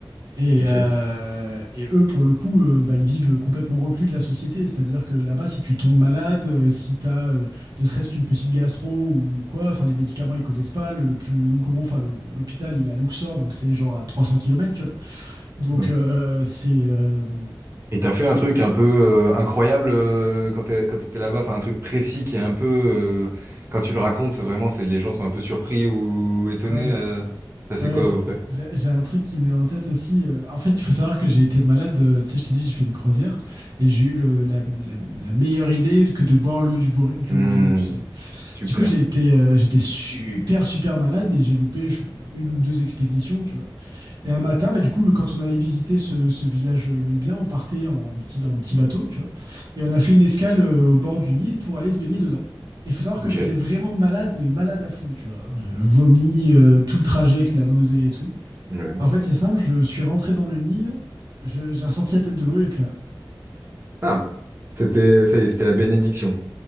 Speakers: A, on the right; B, on the right.
A: Et,
B: Ok.
A: euh, et eux, pour le coup, euh, bah, ils vivent complètement reclus de la société. C'est-à-dire que là-bas, si tu tombes malade, euh, si tu as ne serait-ce qu'une petite gastro ou quoi, enfin, les médicaments, ils connaissent pas. Le, le plus gros, enfin, le- l'hôpital, il est à Luxor, donc c'est genre à 300 km, tu vois. Donc,
B: Ouais.
A: euh, c'est. euh,
B: Et t'as fait un truc un peu euh, incroyable euh, quand t'es- quand t'étais là-bas, enfin un truc précis qui est un peu, euh, quand tu le racontes, vraiment, c'est les gens sont un peu surpris ou étonnés.
A: ouais,
B: euh. T'as fait
A: Ouais,
B: quoi
A: j'ai
B: à peu près?
A: j'ai- j'ai un truc qui me vient en tête aussi. euh, En fait, il faut savoir que j'ai été malade. euh, Tu sais, je t'ai dit, j'ai fait une croisière et j'ai eu le- la, la- la meilleure idée que de boire l'eau du, bourri- du
B: Hmm,
A: robinet, tu sais.
B: super.
A: Du coup, j'ai été, euh, j'étais super, super malade et j'ai loupé je- une ou deux expéditions, tu vois. Et un matin, bah, du coup, quand on allait visiter ce, ce village nubien, on partait en petit, en petit bateau, tu vois. Et on a fait une escale euh, au bord d'une île pour aller se baigner dedans. Il faut savoir
B: Ok.
A: que j'étais vraiment malade, mais malade à fond, tu vois. Euh, vomi, euh, tout le trajet avec de la nausée et tout.
B: Ouais.
A: En fait, c'est simple, je suis rentré dans le Nil, je- j'ai ressorti la tête de l'eau et plus rien.
B: Ah, c'était, ça y est, c'était la bénédiction.